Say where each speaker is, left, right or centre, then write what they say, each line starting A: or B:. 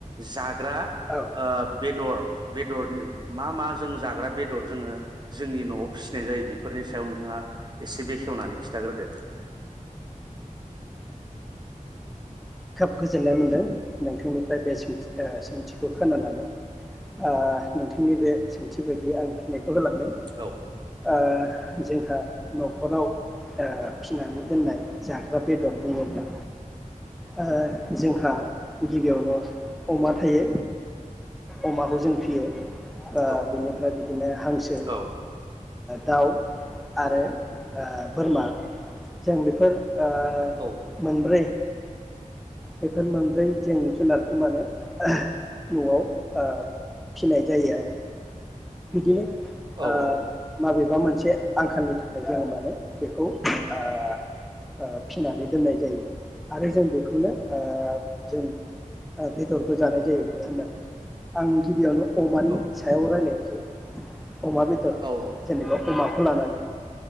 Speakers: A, on the right; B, in the centre.
A: जाग्रा
B: औ
A: ओ बेदर बेदर मा मा जों जाग्रा बेदर जोङो जोंनि न'आव फिसिनाय जायो बेफोरनि सायाव नोंथाङा एसे बेखेवनानै खिन्थाग्रोदो
B: खोब गोजोननाय मोनदों नोंथांनिफ्राय बे सोंथि ओ सोंथिखौ खोनानानै ओ नोंथांनि बे सोंथि बायदि आं फिन्नायखौ होलांगोन
A: औ
B: ओ जोंहा न'खराव ओ फिसिनानै दोननाय जाग्रा बेदर बुङोब्ला ओ जोंहा गिबियावनो अमा थायो अमाखौ जों फियो ओ
A: औ
B: बिनिफ्राय बिदिनो हांसो
A: औ
B: दाउ आरो ओ बोरमा जों बेफोर ओ
A: औ
B: मोनब्रै बेफोर मोनब्रै जों जुनारखौ माने न'आव ओ फिनाय जायो आरो बिदिनो
A: औ
B: आ माबे बेबा मोनसे आंखालनि थाखाय जोङो माने बेखौ ओ ओ फिनानै दोननाय जायो आरो जों बेखौनो ओ जों ओ बेदरबो जानाय जायो बुथारना आं गिबियावनो अमानि
A: औ
B: सायाव रायलायो <inaudible> अमा बेदर
A: औ
B: जेनेबा अमा लानानै